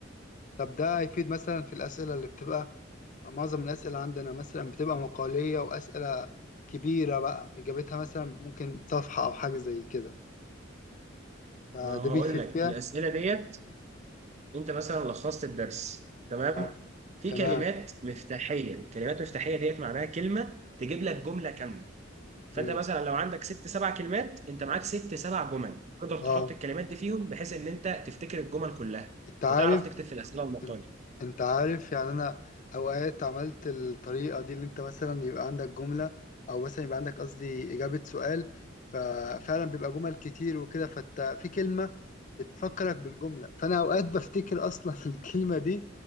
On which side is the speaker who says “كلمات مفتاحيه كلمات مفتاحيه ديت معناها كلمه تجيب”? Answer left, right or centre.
Right